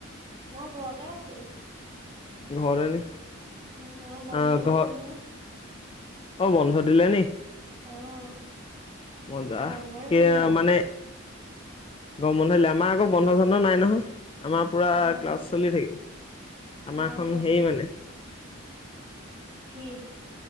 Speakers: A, on the right; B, on the left.
A: মই ঘৰতে আছো
B: ঘৰ নি
A: উম নহয় বন্ধ
B: অ',
A: দিছে
B: ঘৰ
A: নহয়
B: অ বন্ধ দিলে নি
A: অ',
B: মজা
A: গৰমৰ
B: কি
A: বন্ধ।
B: মানে গম বন্ধলে আমাৰ আকৌ বন্ধ চন্ধ নাই নহয়। আমাৰ পুৰা
A: অ',
B: ক্লাছ চলি থাকিব আমাৰখন
A: অ', অ',
B: হেইৰি মানে
A: কি?